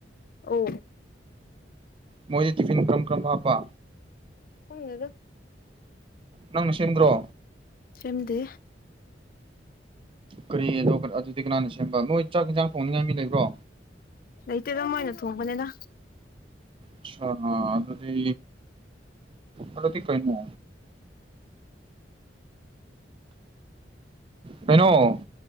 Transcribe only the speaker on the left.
ꯑꯣ꯫
ꯈꯪꯗꯦꯗ
ꯁꯦꯝꯗꯦ꯫
ꯂꯩꯇꯦꯗ ꯃꯣꯏꯅ ꯊꯣꯡꯕꯅꯦꯗ꯫